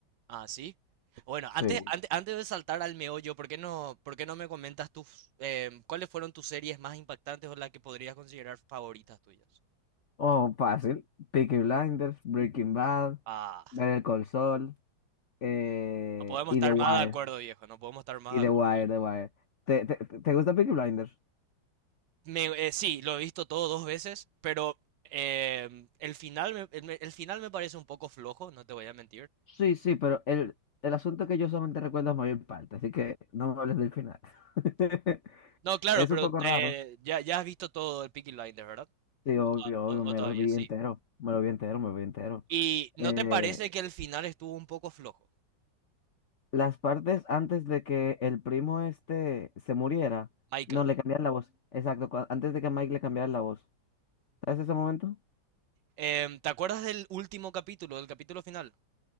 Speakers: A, on the right; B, on the left.
A: Ah, sí. Bueno,
B: Sí.
A: antes, antes, antes de saltar al meollo, ¿por qué no, por qué no me comentas tus, em, cuáles fueron tus series más impactantes o las que podrías considerar favoritas tuyas?
B: Oh, fácil. Peaky Blinders, Breaking Bad,
A: Ah,
B: Better Call Saul eh,
A: no podemos
B: y
A: estar
B: The Wire.
A: más de acuerdo, viejo, no podemos estar más
B: Y
A: de
B: The
A: acuerdo.
B: Wire, The Wire. ¿Te, te, te gusta Peaky Blinders?
A: Me- eh, sí, lo he visto todo dos veces, pero em, el final me, el, me- el final me parece un poco flojo, no te voy a mentir.
B: Sí, sí, pero el, el asunto es que yo solamente recuerdo es mayor parte, así que no me hables del final. <laughs>
A: No, claro,
B: Es
A: pero
B: un poco raro.
A: eh, ya, ya has visto todo el Peaky Blinders, ¿verdad?
B: Sí, obvio, obvio,
A: O,
B: me
A: o todavía,
B: lo vi
A: sí.
B: entero, me lo vi entero, me lo vi entero.
A: ¿Y no
B: Eh,
A: te Sí. parece que el final estuvo un poco flojo,
B: las partes antes de que el primo este se muriera,
A: Michael?
B: no, le cambiaron la voz, exacto, cua- antes de que Mike le cambiara la voz. ¿Sabes ese momento?
A: Em, ¿te acuerdas del último capítulo, del capítulo final?